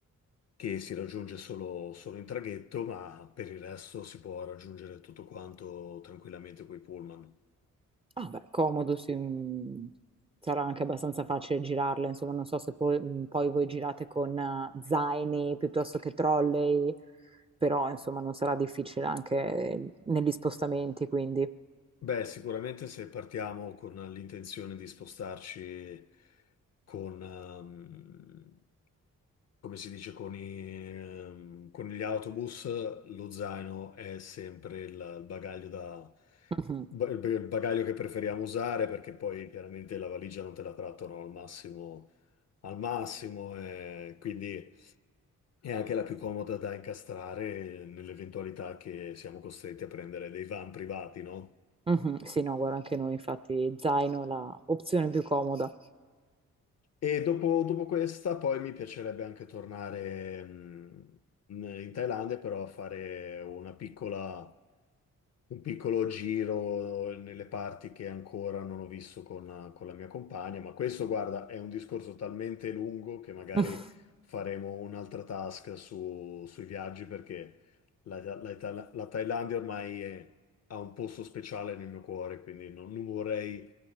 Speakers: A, on the left; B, on the right.
A: che si raggiunge solo, solo in traghetto, ma per il resto si può raggiungere tutto quanto tranquillamente coi pullman.
B: Ah, beh, comodo, sì, mm, Sarà anche abbastanza facile girarle, insomma, non so se poi, mm, poi voi girate con eh, zaini piuttosto che trolley, però insomma non sarà difficile anche eh, negli spostamenti, quindi.
A: Beh, sicuramente se partiamo con l'intenzione di spostarci con, ehm, come si dice con, i, ehm, con gli autobus, lo zaino è sempre il, il bagaglio da,
B: Mhm,
A: ba- il il bagaglio che preferiamo usare perché poi chiaramente la valigia non te la trattano al massimo, al massimo e quindi è anche la più comoda da incastrare nell'eventualità che siamo costretti a prendere dei van privati, no?
B: mhm, Sì, no, guarda, anche noi infatti zaino è la opzione più comoda.
A: E dopo, dopo questa poi mi piacerebbe anche tornare mh, in in Thailandia, però a fare una piccola un piccolo giro nelle parti che ancora non ho visto con, con la mia compagna, ma questo, guarda, è un discorso talmente lungo che magari
B: <laughs>
A: faremo un'altra task su- sui viaggi perché la, la Thail- la Thailandia ormai è- ha un posto speciale nel mio cuore, quindi non, non vorrei